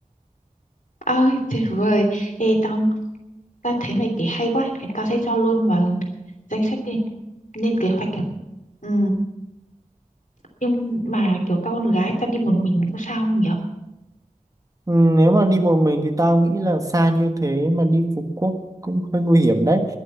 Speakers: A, on the left (about 65°); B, on the right (about 25°).
A: Ôi, tuyệt vời. Ê, tao, tao thấy mày kể hay quá. Thì Tao sẽ cho luôn vào danh sách đi. Lên kế hoạch. Ừ. Nhưng mà kiểu tao con gái, tao đi một mình có sao không nhỉ?
B: ừ, nếu mà đi một mình thì tao nghĩ là xa như thế mà đi Phú Quốc cũng hơi nguy hiểm đấy